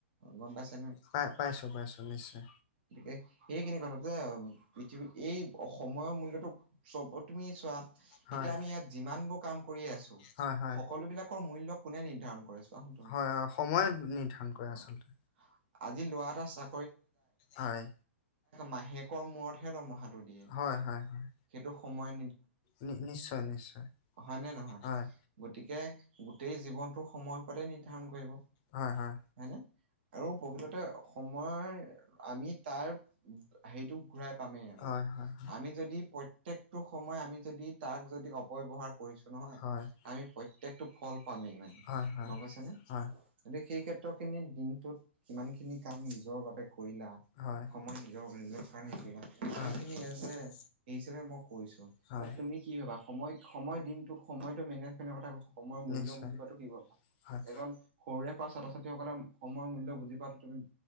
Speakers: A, on the right (about 50°); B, on the left (about 40°).
A: গম পাইছে
B: পাই পাইছো পাইছো নিশ্চয়।
A: এ এইখিনি কথা ত পৃথিৱীত এই সময়ৰ মূল্যটো চব তুমি চোৱা
B: হয়
A: এতিয়া আমি ইয়াত যিমানবোৰ কাম কৰিয়ে আছো,
B: হয় হয়
A: সকলো বিলাকৰ মূল্য কোনে নিৰ্ধাৰণ কৰে চোৱা, সেটো
B: হয় হয়
A: সময়
B: নিৰ্ধাৰণ কৰে আচলতে
A: অ আজি ল'ৰা এটা চা
B: হয়।
A: মাহেকৰ মূৰতহে দৰমহাটো দিয়ে
B: হয় হয় হয়।
A: সেইটো সময়
B: নি নিশ্চয় নিশ্চয়।
A: হয় নে নহয়,
B: হয়
A: গতিকে গোটেই জীৱনটো সময় ওপৰতে নিৰ্ধাৰণ কৰিব।
B: হয় হয়।
A: হয়নে? আৰু প্ৰকৃততে সম ময় আমি তাৰ হেৰিটো ঘূৰাই পামেই।
B: আহিব।
A: আমি যদি প্ৰ ত্যেকটো সময় আমি যদি তাক যদি অপব্যৱহাৰ কৰিছো নহয়,
B: হয় হয়
A: আমি প্ৰ ত্যেকটো ফল পামেই মানে
B: হয় হয়
A: গম পাইছা নে,
B: হয়
A: গতিকে সেই ক্ষেত্ৰখিনিত দিনটোত কিমান খিনি কাম নিজৰ বাবে কৰিলা।
B: হয়
A: সময় নিজৰ নিজৰ কাৰণে শিকিলা
B: হয়।
A: সেইখিনি এজ
B: হয়
A: এই হিচাপে মই কৈছোঁ ত
B: হয়।
A: তুমি কি ভাবা সময় সময় দিনটোত সময়টো মেনেজমেণ্টৰ কথা কৈছো সময়ৰ মূল্য
B: নিশ্চয়
A: বুজি পোৱাটো কি ভাবা
B: হয়।
A: এজন সৰুৰে পা ছাত্ৰ ছাত্ৰীসকলে সময়ৰ মূল্য বুজি পোৱাটো তুমি